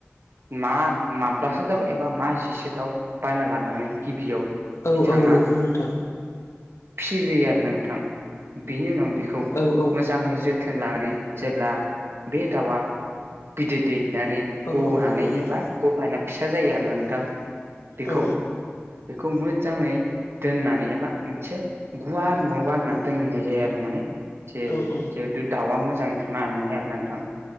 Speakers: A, on the right; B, on the left.
A: मा माबासो दाउ एबा मा जिसो दाउ बायना लाबोनानै गिबियाव।
B: औ
A: बिथाङा
B: औ नंगौ नोंथां।
A: फिसिग्रोयो आरो नोंथां बिनि उनाव बेखौ।
B: औ औ।
A: मोजाङै जोथोन लानानै जेब्ला बे दाउआ बिदै दै नानै।
B: औ
A: ग
B: औ
A: नानै
B: नंगौ नोंथां
A: एबा ग फायना। फिसा जायो आरोना नोंथां बेखौ
B: औ
A: बेखौ मोजाङै। दोननानै एबा मोनसे गुवार न बानायना दोननाय जायो आरो माने। जे
B: औ औ
A: जिहेथु दाउआ मोजाङै थांनो हानायनि आरो नोंथां।